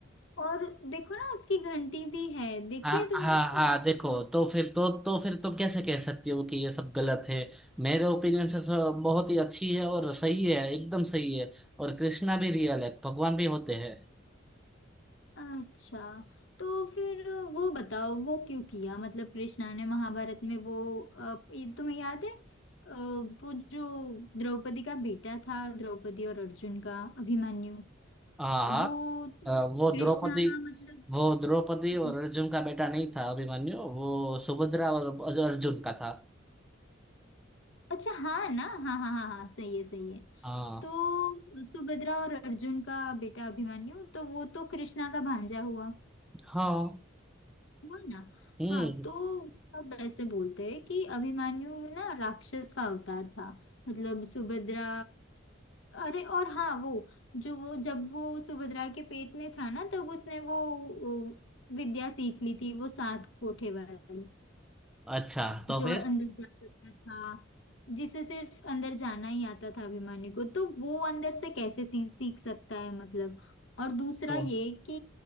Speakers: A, on the left; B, in the centre.
A: और देखो ना उसकी घंटी भी है देखी
B: हाँ
A: है तुमने
B: हाँ हाँ
A: मतलब
B: देखो तो फिर तो तो फिर तुम कैसे कह सकती हो कि ये सब गलत है मेरे ओपिनियन से तो बहुत ही अच्छी है और सही है एकदम सही है और कृष्णा भी रियल है भगवान भी होते हैं
A: अच्छा तो फिर वो बताओ वो क्यों किया मतलब कृष्णा ने महाभारत में वो अ, ये तुम्हें याद है अ, वो जो द्रौपदी का बेटा था द्रौपदी और अर्जुन का अभिमन्यु
B: हाँ हाँ,
A: वो तो
B: अ, वो
A: कृष्णा
B: द्रौपदी
A: का मतलब
B: वो द्रौपदी और
A: हाँ।
B: अर्जुन का बेटा नहीं था अभिमन्यु वो सुभद्रा और अज- अर्जुन का था
A: अच्छा हाँ ना हाँ हाँ हाँ हाँ सही है सही है
B: हाँ
A: तो सुभद्रा और अर्जुन का बेटा अभिमन्यु तो वो तो कृष्णा का भांजा हुआ
B: हाँ
A: हुआ ना
B: हम्म
A: हाँ तो सब ऐसे बोलते हैं कि अभिमन्यु ना राक्षस का अवतार था मतलब सुभद्रा अरे और हाँ वो जो वो जब वो सुभद्रा के पेट में था ना तब उसने वो, वो विद्या सीख ली थी वो सात कोठे वाली
B: अच्छा तो
A: जो
B: फिर
A: अंदर जा सकता था जिसे सिर्फ अंदर जाना ही आता था अभिमानी को तो वो अंदर से कैसे सी, सीख सकता है मतलब और दूसरा
B: तो
A: ये कि